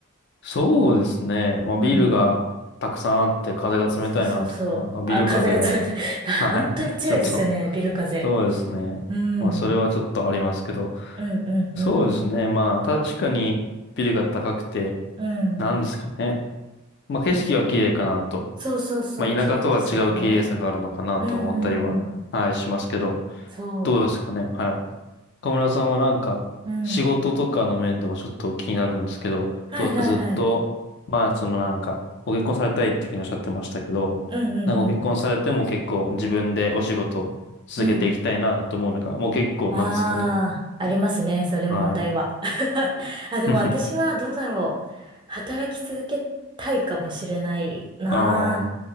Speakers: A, on the left; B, on the right.
A: そうですね。まあ、
B: うん。
A: ビルがたくさんあって風が冷たいなとか、
B: そうそうそう。
A: なんかビル風が、
B: あ、風が冷たい。あ、
A: はい。
B: 本当に強いですよね、
A: ちょっと
B: ビル風。
A: そうですね。
B: うん。
A: まあ、それはちょっとありますけど。
B: うんうんう
A: そうですね。まあ、確かにビルが高くて、
B: ん。うん。
A: なんですかね。まあ、景色は綺麗かなと。
B: そうそうそう、
A: まあ、
B: 綺麗ですよね。
A: 田舎とは違う綺麗さがあるのかなと思ったりは、
B: うんうんうん。
A: はい、しますけど。
B: そ
A: どうですかね。はい。岡村さんはなんか、
B: う。うん。
A: 仕事とかの面でもちょっと気になるんですけど、
B: はいはいはい。
A: どうですかずっと、まあ、そのなんか、ご結婚されたいっていうふうにおっしゃってましたけど、
B: うんうんうん。
A: なんかご結婚されても結構自分でお仕事を続けていきたいなと思うのか、
B: うん。
A: もう結構なんですかね。
B: ああ、ありますね。それ問題は。
A: はい。
B: <laughs> あ、でも私はどうだろう。
A: <laughs>
B: 働き続けたいかもしれないなあ。
A: ああ、は